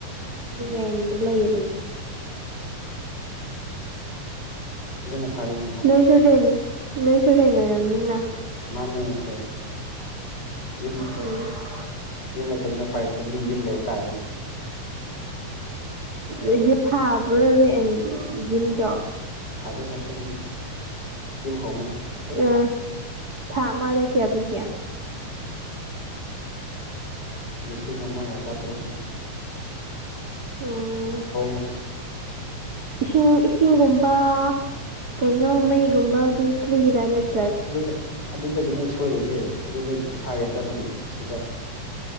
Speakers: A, on the left (about 30°); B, on the right (about 35°).
A: ꯑꯣ
B: ꯔꯦꯟꯗ ꯂꯩꯕꯅꯦ
A: ꯑꯗꯨꯅ ꯐꯔꯦꯅꯦꯀꯣ
B: ꯅꯣꯏꯁꯨ ꯔꯦꯟ ꯅꯣꯏꯁꯨ ꯔꯦꯟ ꯑꯣꯏꯔꯝꯅꯤꯅ
A: ꯃꯥꯅꯦ ꯍꯣꯏ ꯌꯨꯝ
B: ꯎꯝ
A: ꯌꯨꯝ ꯂꯩꯇꯝꯅꯤꯅ ꯎꯄꯥꯏꯂꯩꯇꯝ ꯃꯤꯅ ꯌꯨꯝ ꯂꯩꯕ ꯇꯥꯔꯦꯅ
B: ꯎꯝ ꯐꯥꯕ꯭ꯔꫭ ꯔꯦꯟ ꯌꯨꯝꯗꯣ
A: ꯐꯗ‌ꯦꯗ ꯑꯈꯣꯏꯗꯗꯤ ꯌꯨꯝ ꯍꯣꯡꯉꯅꯤ
B: ꯑꯥ ꯊꯥ ꯑꯃꯗ ꯀꯌꯥ ꯄꯤꯒꯦ
A: ꯂꯤꯁꯤꯡ ꯑꯃꯒ ꯆꯥꯇ꯭ꯔꯨꯛꯈꯛꯇꯅꯤ
B: ꯎꯝ
A: ꯈꯣꯝꯃꯦ
B: ꯏꯁꯤꯡ ꯏꯁꯤꯡꯒꯨꯝꯕ ꯀꯩꯅꯣ ꯃꯩꯒꯨꯝꯕꯗꯤ ꯐ꯭ꯔꯤꯔꯥ ꯅꯠ
A: ꯑꯗꯨꯗ ꯑꯗꯨꯗꯒꯤꯅꯦ ꯁꯣꯏꯔꯤꯁꯦ ꯑꯗꯨꯗꯒꯤ ꯄꯩꯁꯥ ꯌꯥꯝ ꯆꯠꯄꯒꯤ ꯁꯤꯗ